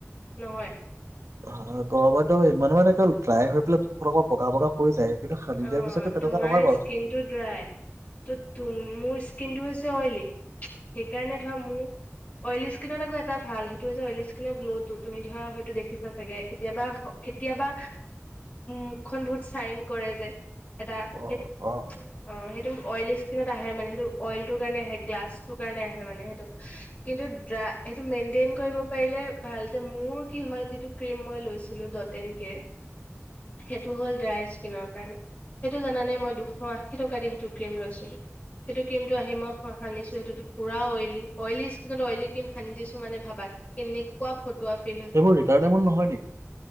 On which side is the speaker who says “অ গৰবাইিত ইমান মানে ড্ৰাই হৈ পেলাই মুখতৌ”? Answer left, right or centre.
Right